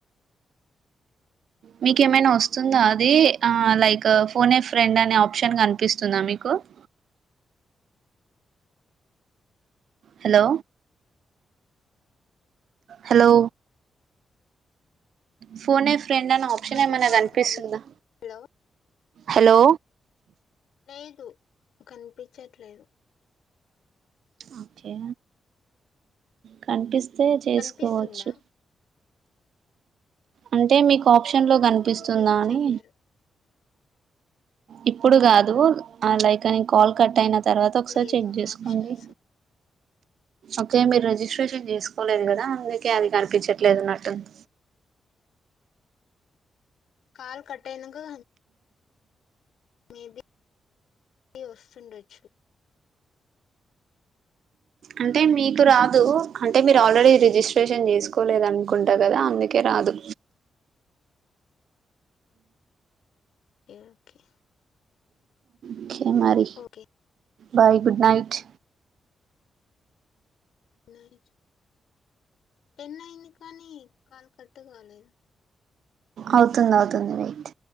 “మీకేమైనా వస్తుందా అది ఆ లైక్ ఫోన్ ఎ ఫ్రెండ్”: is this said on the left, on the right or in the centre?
Right